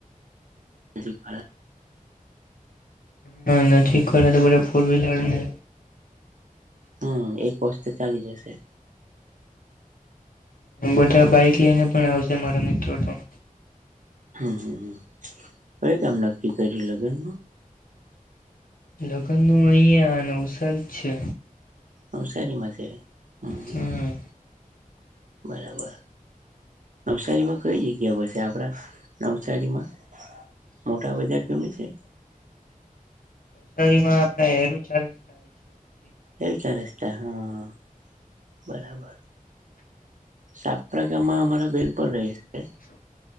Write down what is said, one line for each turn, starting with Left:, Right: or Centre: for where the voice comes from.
Right: <unintelligible>
Left: હા નજીક વારા તો બધા ફોર વ્હીલરને
Right: હમ્મ એક બસ તો ચાલી જશે.
Left: બધા બાઈક લઈને પણ આવશે મારો મિત્રો તો.
Right: હમ્મ હમ્મ કઈ કેમ નક્કી કર્યું લગન
Left: લગ્નનો અહીં આ નવસલ છે.
Right: નવસારીમાં છે હમ્મ
Left: હમ
Right: બરાબર નવસારીમાં કઈ જગ્યા હોસે આપડા નવસારીમાં મોટા બજાર કે પછી
Left: નવસારી માં આપડે <unintelligible>
Right: એ ચાર રસ્તા હા બરાબર. આપડા ગામમાં અમારા બેન પણ રહે છે.